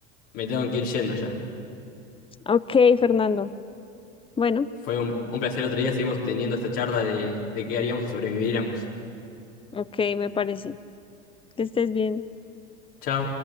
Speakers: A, on the left (about 60°); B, on the left (about 15°).
A: me tengo que ir yendo ya.
B: Ok, Fernando. Bueno,
A: Fue un, un placer otro día, seguimos teniendo esta charla de, de qué haríamos si sobreviviéramos.
B: ok, me parece. Que estés bien.
A: Chao.